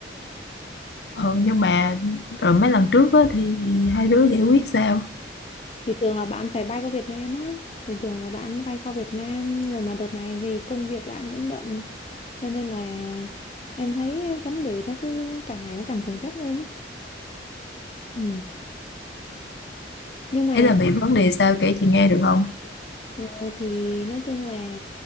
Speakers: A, on the left; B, on the left.
A: ờ nhưng mà rồi mấy lần trước á, thì hai đứa giải quyết sao
B: Thì thường là bạn phải bay qua Việt Nam á. Bình thường là bạn bay qua Việt Nam rồi mà đợt này thì công việc bạn cũng bận. Cho nên là em thấy vấn đề nó cứ càng ngày nó càng chồng chất lên á. Ừ. Nhưng mà
A: Ý là bị vấn đề sao kể chị nghe được không
B: ờ, thì nói chung là